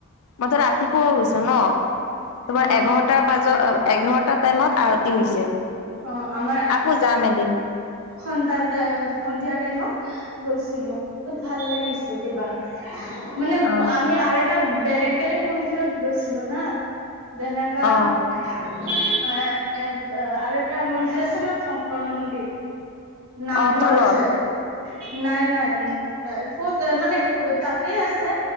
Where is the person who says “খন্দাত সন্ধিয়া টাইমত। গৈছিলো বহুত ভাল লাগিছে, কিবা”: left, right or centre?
Right